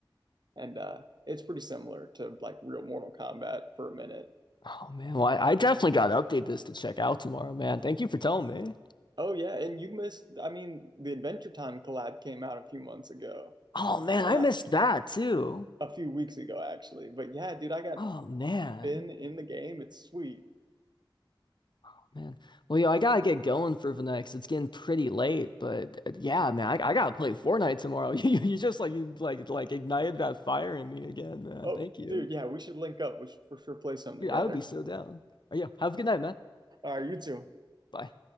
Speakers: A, on the right; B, on the left.
A: and uh, it's pretty similar to like real Mortal Kombat for a minute.
B: Oh man, well, I, I definitely gotta update this to check out tomorrow, man. Thank you for telling me.
A: Oh yeah, and you missed. I mean, the Adventure Time collab came out a few months ago,
B: Oh man, I
A: or not
B: missed that too.
A: a few weeks ago actually. But yeah, dude, I got
B: Oh man.
A: Finn in the game. It's sweet.
B: Oh, man. Well, yo, I gotta get going for the next. It's getting pretty late, but uh, yeah, man, I, I gotta play Fortnite tomorrow. <laughs> You, you just like you like like ignited that fire in me again, man.
A: Oh,
B: Thank you.
A: dude, yeah, we should link up. We should for sure play some
B: Dude,
A: together.
B: I would be so down. Oh, yeah, have a good night, man.
A: All right, you too.
B: Bye.